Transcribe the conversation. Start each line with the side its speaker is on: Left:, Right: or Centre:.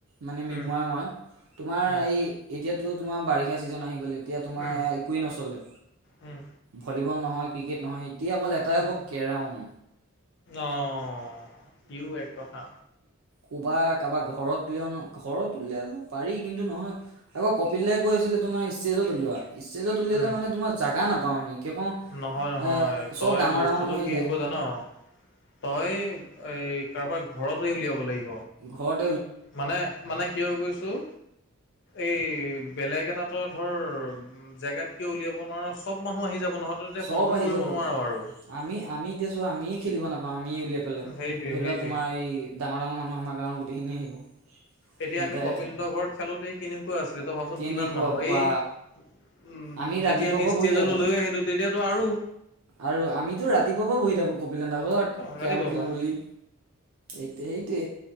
Right: মানে মৃন্ময়
Left: উম
Right: আৰু মই। তোমাৰ
Left: উম
Right: এই এতিয়াতো তোমাৰ বাৰিষা চিজন আহি গ'ল এতিয়া তোমাৰ
Left: উম
Right: এয়াৰ একোৱেই নচলে
Left: উম
Right: ভলীবল নহয়, ক্ৰিকেট নহয় এতিয়া অকল এটাই
Left: উম
Right: হ'ব কেৰম।
Left: অ' ইউ এক কথা।
Right: কোৱা কাবাক ঘৰত উলিয়ও ন ঘৰত উলিয়াব পাৰি। কিন্তু, নহয় আকৌ কপিল কৈ আছিলে তোমাৰ ষ্টেজত উলিওৱা ষ্টেজত উলিয়ালে
Left: উম
Right: মানে তোমাৰ জাগা নাপাওঁ আমি। কিয় কওঁ
Left: নহয়, নহয়
Right: এ চব
Left: তই
Right: ডাঙৰ
Left: বস্তুটো
Right: ডাঙৰ মানুহ আহি
Left: কি
Right: যায়
Left: হ'ব জানোঁ তই এই কাৰোবাৰ ঘৰত গৈ উলিয়াব লাগিব।
Right: ঘৰত
Left: মানে মানে কিয় গৈছোঁ? এই বেলেগ এটা তোৰ ধৰ জেগাত কিয় উলিয়াব নোৱাৰা চ'ব মানুহ আহি যাব। নহয় তই তেতিয়া
Right: চ'ব
Left: কণ্ট্ৰল
Right: আহি
Left: কৰিব
Right: যাব।
Left: নোৱাৰ আৰু
Right: আমি আমি এতিয়া চোৱা আমি খেলিব নাপাওঁ। আমিয়ে উলিয়াই পেলাই
Left: সেইটোৱে
Right: ধৰি
Left: সেইটোৱে
Right: লোৱা তোমাৰ এই ডাঙৰ ডাঙৰ মানুহ আমাৰ গাঁৱৰ গোটেইখিনি আহিব।
Left: তেতিয়া
Right: সিহঁতে
Left: আমি কপিল হঁতৰ ঘৰত খেলোতেই কেনেকুৱা আছিলে তই ভাবচোন
Right: কেনেকুৱা
Left: কিমান মানুহ
Right: বা
Left: এই উম,
Right: আমি ৰাতিপুৱাৰ
Left: যেতিয়া আমি
Right: পৰা
Left: ষ্টেজ
Right: বহি থাকোঁ
Left: লৈয় আহিলোঁ তেতিয়াতো আৰু
Right: আৰু আমিতো ৰাতিপুৱা পৰা বহি থাকোঁ। এই বোলে নগদ
Left: ৰাতিপুৱাৰ
Right: কেৰম খেলোঁ
Left: পৰা
Right: বুলি এইটে এইটে